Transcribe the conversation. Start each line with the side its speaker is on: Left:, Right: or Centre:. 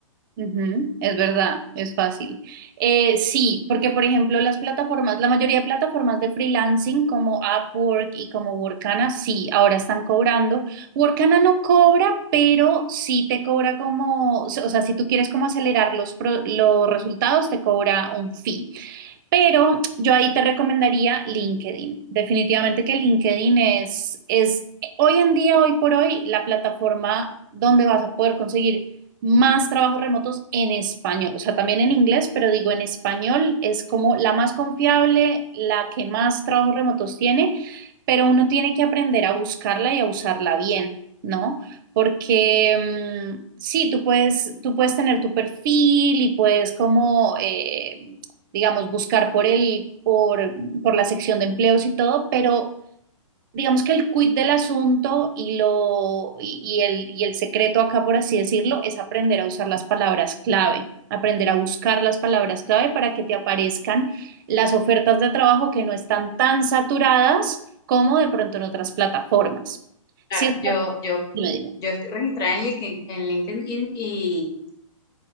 Right: Ujú, es verdad, es fácil. Eh, sí, porque por ejemplo las plataformas, la mayoría de plataformas de freelancing como Upwork y como Workana, sí, ahora están cobrando. Workana no cobra, pero sí te cobra como, o sea, si tú quieres como acelerar los, pro- los resultados, te cobra un fee. Pero yo ahí te recomendaría LinkedIn. Definitivamente que LinkedIn es, es hoy en día, hoy por hoy, la plataforma donde vas a poder conseguir más trabajos remotos en español. O sea, también en inglés, pero digo en español es como la más confiable, la que más trabajos remotos tiene, pero uno tiene que aprender a buscarla y a usarla bien, ¿no? Porque mm, sí, tú puedes, tú puedes tener tu perfil y puedes como... eh, digamos, buscar por el, por, por la sección de empleos y todo, pero digamos que el quid del asunto y lo, y, y el, y el secreto acá, por así decirlo, es aprender a usar las palabras clave, aprender a buscar las palabras clave para que te aparezcan las ofertas de trabajo que no están tan saturadas como de pronto en otras plataformas.
Left: claro,
Right: Si esto-
Left: yo, yo,
Right: dime, dime.
Left: yo estoy registrada en LinkedIn, en LinkedIn Y,